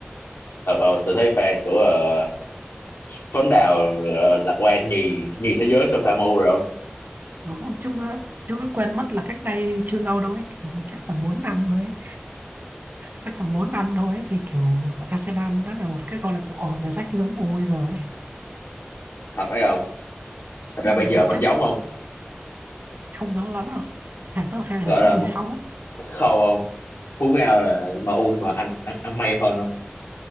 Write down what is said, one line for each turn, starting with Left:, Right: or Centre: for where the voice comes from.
Left: Ờ ờ tôi thấy fan của ờ, Tuấn Đào ờ, lạc quan nhì nhì thế giới sofa MU rồi không?
Right: đúng không chúng nó chúng nó quên mất là cách đây chưa lâu đâu ấy kiểu chắc tầm 4 năm thôi ấy. chắc tầm 4 năm thôi ấy, thì kiểu Arsenal đã là một cái câu lạc bộ ở rách giống bố bây giờ ấy
Left: Thật đấy không? Thật
Right: nhưng
Left: ra bây
Right: mà
Left: giờ
Right: thật
Left: vẫn
Right: chất
Left: giống không?
Right: không giống lắm đâu hàng top 2 hàng
Left: Gọi
Right: top
Left: là
Right: 16
Left: khâu không? Phú Ngao là MU mà anh ăn, ăn may hơn không?